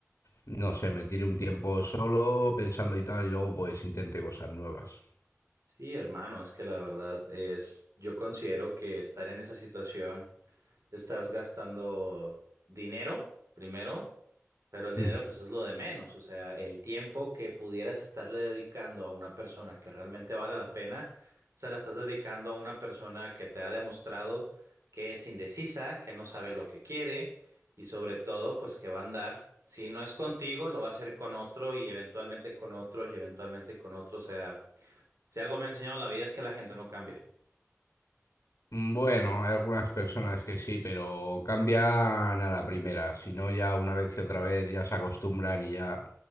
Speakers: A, on the left; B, on the right.
A: no sé, me tire un tiempo solo pensando y tal y luego pues intente cosas nuevas.
B: Sí, hermano, es que la verdad es, yo considero que estar en esa situación, estás gastando dinero primero Pero el dinero
A: Mm.
B: pues es lo de menos, o sea, el tiempo que pudieras estarle dedicando a una persona que realmente vale la pena, se la estás dedicando a una persona que te ha demostrado que es indecisa, que no sabe lo que quiere y sobre todo pues que va a andar, si no es contigo, lo va a hacer con otro y eventualmente con otro y eventualmente con otro, o sea, si algo me ha enseñado la vida es que la gente no cambia.
A: Bueno, hay algunas personas que sí, pero cambian a la primera, si no ya una vez y otra vez ya se acostumbran y ya